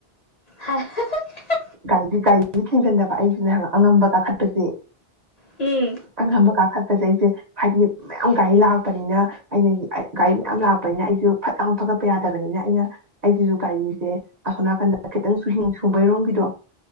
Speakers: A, on the left; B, on the right.
A: ꯍꯥꯏ <unintelligible>
B: ꯥꯏꯗꯤ ꯒꯥꯔꯤ ꯊꯦꯡꯖꯤꯟꯅꯕ ꯑꯩꯁꯨꯅ‌ꯦ ꯑꯉꯝꯕ ꯀꯥꯈꯠꯄꯁꯦ
A: ꯎꯝ
B: ꯉꯝꯕ ꯀꯥ ꯈ ꯐꯖꯩꯁꯦ ꯍꯥꯏꯗꯤ ꯃꯌꯥꯝ ꯒꯥꯔꯤ ꯂꯥꯛꯄꯅꯤꯅ ꯑꯩꯅ ꯒꯥꯔꯤ ꯃꯌꯥꯝ ꯂꯥꯛꯄꯅꯤꯅ ꯑꯩꯁꯨ ꯐꯠ ꯂꯥꯎ ꯊꯧꯒꯠꯄ ꯌꯥꯗꯕꯅꯤꯅ ꯑꯩꯅ ꯑꯩꯁꯤꯁꯨ ꯒꯥꯔꯤꯁꯦ ꯑꯁꯣꯝ ꯅꯥꯀꯟꯗ ꯈꯤꯇꯪ ꯁꯨꯍꯤꯡ ꯁꯨꯝꯕꯩꯔꯣꯝꯒꯤꯗꯣ